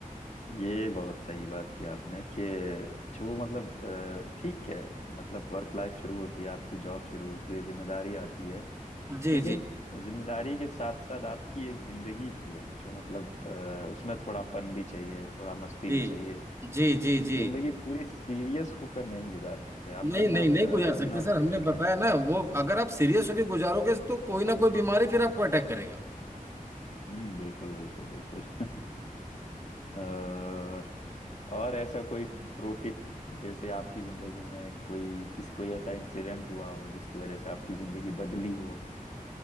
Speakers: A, on the left; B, on the right.
A: ये बहुत सही बात की आपने कि जो मतलब अ, ठीक है मतलब वर्क लाइफ शुरू होती है आपकी जॉब शुरू होती है जिम्मेदारी आती है
B: जी
A: लेकिन
B: जी
A: जिम्मेदारी के साथ साथ आपकी एक जिंदगी भी है जो मतलब अ, उसमें थोड़ा फन भी चाहिए थोड़ा मस्ती
B: जी
A: भी चाहिए
B: जी जी जी
A: जिंदगी पूरी सीरियस होकर नहीं गुजार सकते आप
B: नहीं
A: वरना
B: नहीं
A: अ,
B: नहीं गुजार सकते
A: बीमार
B: सर
A: होकर
B: हमने
A: रह जाएंगे
B: बताया ना वो अगर आप सीरियस होकर गुजारोगे तो कोई ना कोई बीमारी फिर आपको अटैक करेगा
A: हम्म बिल्कुल बिल्कुल बिल्कुल <laughs> और और ऐसा कोई प्रो टिप जैसे आपकी जिंदगी में कोई किस कोई ऐसा इंसिडेंट हुआ हो जिसकी वजह से आपकी जिंदगी बदली हो